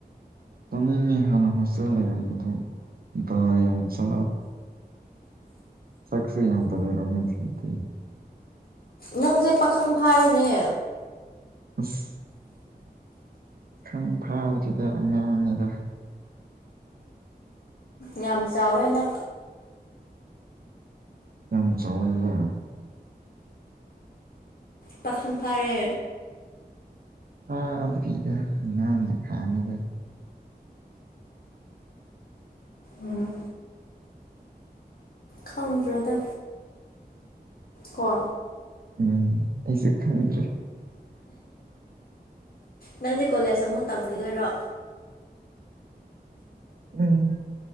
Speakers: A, on the right (about 65°); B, on the left (about 65°).
A: ꯆꯝꯅꯤꯡꯉꯤ ꯍꯥꯟꯅ ꯍꯣꯁꯇꯦꯜ ꯂꯩꯔꯝꯕꯗꯨ ꯀ ꯌꯥꯝ ꯆ ꯁꯈꯁꯤ ꯌꯥꯝꯗꯔ ꯑꯃꯤ ꯊꯗꯤ
B: ꯅꯪꯁꯦ ꯄꯥꯈꯪ ꯐꯥꯔꯦꯅꯦ
A: ꯑꯁ ꯄꯈꯪ ꯊꯥꯗꯕꯁꯤꯗ ꯑꯉꯥꯡꯅꯤꯗ
B: ꯌꯥꯝ ꯆꯥꯎꯔꯦꯅ
A: ꯌꯥꯝ ꯆꯥꯎꯋꯥꯏꯦ
B: ꯄꯥꯈꯪ ꯐꯥꯔꯦ
A: ꯍꯥꯥꯕꯇꯖꯦ ꯈꯥꯅꯗ
B: ꯎꯝ ꯈꯪꯗ꯭ꯔꯦꯗ ꯀ
A: ꯎꯝ ꯑꯩꯁꯨꯦ ꯈꯪꯗ꯭ꯔꯦ
B: ꯅꯪꯗꯤ ꯀꯣꯂꯦꯖ ꯑꯃꯨꯛ ꯇꯝꯈꯤꯗꯣꯏꯔꯣ
A: ꯎꯝ